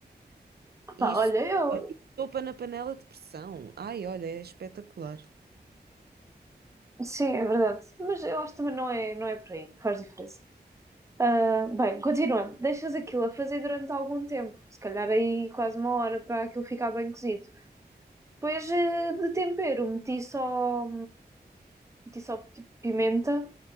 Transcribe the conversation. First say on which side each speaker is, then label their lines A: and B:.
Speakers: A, on the right (about 15°); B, on the right (about 70°).
A: Ah
B: E
A: pá,
B: isto
A: olha, eu...
B: sopa, isto sopa na panela de pressão. Ai, olha, é espetacular.
A: Sim, é verdade. Mas eu acho que também não é, não é por aí que faz diferença. Ah, bem, continuando. Deixas aquilo a fazer durante algum tempo. Se calhar aí quase uma hora para aquilo ficar bem cozido. Depois eh, de tempero, meti só... Meti só tipo pimenta